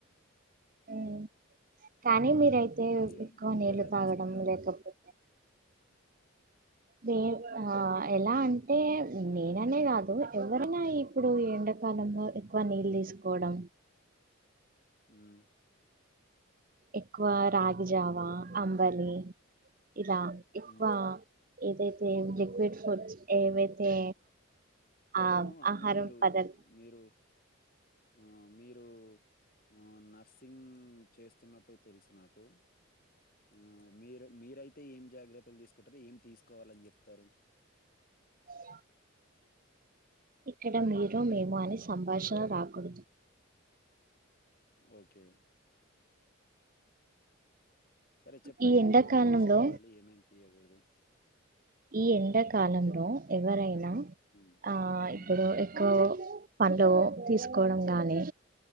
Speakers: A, on the right; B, on the left.
A: ఆ కానీ మీరైతే
B: మీరు
A: ఎక్కువ
B: మీరు
A: నీళ్లు
B: ఎలా
A: తాగడం
B: చేసుకుంటారు
A: లేకపోతే నేన్ ఆ ఎలా అంటే నేననే కాదు ఎవరైనా ఈ ఇప్పుడు ఈ ఎండాకాలంలో ఎక్కువ నీళ్ళ్ తీసుకోవడం
B: ఊమ్
A: ఎక్కువ రాగిజావ, అంబలి ఇలా ఎక్కువ
B: ఉమ్
A: ఏదైతే లిక్విడ్ ఫుడ్స్ ఏవైతే ఆ
B: అవును అవును
A: ఆహారం
B: మీరు
A: పదార్థ
B: మీరు ఆ మీరు ఆ నర్సింగ్ చేస్తున్నట్టు తెలుసు నాకు ఆ మీరు మీరయితే ఏం జాగ్రత్తలు తీసుకుంటారు ఏం తీస్ కోవాలని చెప్తరు
A: <inaudible> ఇక్కడ మీరు మేము అని సంభాషణ రాకూడదు
B: ఓకే సరే చెప్పండి
A: ఈ ఎండాకాలంలో
B: ఏమేమి తీసుకోవాలి ఏమేమి తీయకూడదు
A: ఈ ఎండాకాలంలో ఎవరైన
B: ఉమ్,
A: ఆ ఇప్పుడు
B: ఉమ్,
A: ఎక్కువ పండ్లు తీసుకోవడం గాని